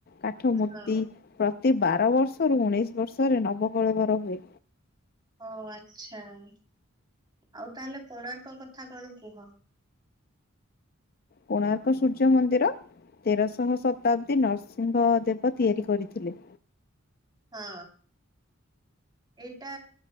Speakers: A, on the left; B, on the right.
A: କାଠ ମୂର୍ତ୍ତି।
B: ହଁ
A: ପ୍ର ପ୍ରତି ବାର ବର୍ଷରୁ ଉଣେଇଶ ବର୍ଷରେ ନବକଳବର ହୁଏ।
B: ଓ ଆଚ୍ଛା ଆଉ ତାହେଲେ କୋଣାର୍କ କଥା କଣ କୁହ?
A: କୋଣାର୍କ ସୂର୍ଯ୍ୟ ମନ୍ଦିର- ତେରଶହ ଶତାବ୍ଦୀ ନରସିଂହ ଦେବ ତିଆରି କରିଥିଲେ।
B: ହଁ। ଏଇଟା